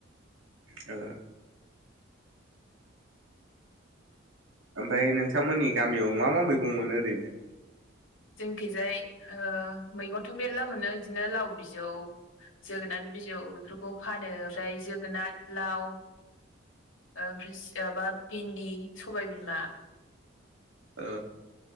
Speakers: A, on the right (about 80°); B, on the left (about 85°).
A: औ ओमफ्राय नोंथांमोननि गामियाव मा मा मैगं मोनो ओरैनो?
B: जोंखिजाय मैगंथ' मेरला मोनो बिदिनो लाव बिजौ जोगोनाथ बिजौ बेफोरखौ फानो ओमफ्राय जोगोनाथ लाव ओमफ्राय माबा भिन्दि सबायबिमा
A: ओ